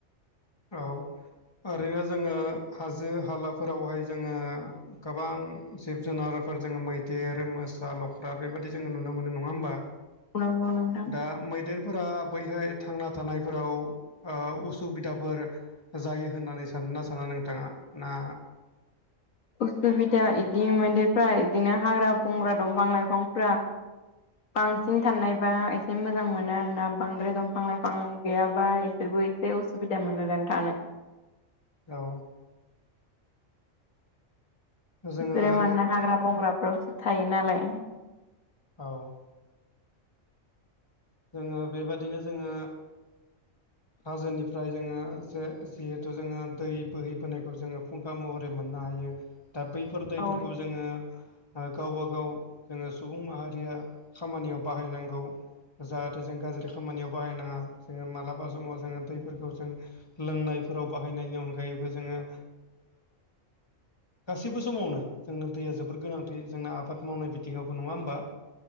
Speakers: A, on the left; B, on the left.
A: औ ओरैनो जोङो हाजो हालाफोरावहाय जोङो गोबां जिब जुनारफोर जोङो मैदेर, मोसा, लख्रा बेबायदि जोङो नुनो मोनो नङा होमबा।
B: नंगौ नोंथां
A: दा मैदेरफोरा बैहाय थांना थानायफोराव ओ असुबिदा फोर जायो होननानै सानोना साना नोंथाङा ना
B: असुबिदा इदि मैदेरफ्रा इदिनो हाग्रा बंग्रा दंफां लाइफांफ्रा बांसिन थानायबा एसे मोजां मोनो आरो ना बांद्राय दंफां लाइफां गैयाबा बिसोरबो एसे असुबिदा मोनोदां थानो
A: औ जोङो
B: बिसोरो मानोना हाग्रा बंग्राफ्रावसो थायो नालाय
A: औ जोङो बेबादिनो जोङो हाजोनिफ्राय जोङो जे जिहेथु जोङो दै बोहैबोनायखौ जोङो फुं खा महरै मोननो हायो दा बैफोर दैफोरखौ
B: औ
A: जोङो गावबा गाव जोङो सुबुं माहारिया खामानियाव बाहायनांगौ। जाहाथे जों गाज्रि खामानियाव बाहायनाङा जोङो मालाबा समाव जोङो दैफोरखौ जों लोंनायफोराव बाहायनायनि अनगायैबो जोङो गासैबो समावनो जोंनो दैया जोबोर गोनांथि जोंना आबाद मावनाय बिथिङावबो नङा होमबा? <inaudible>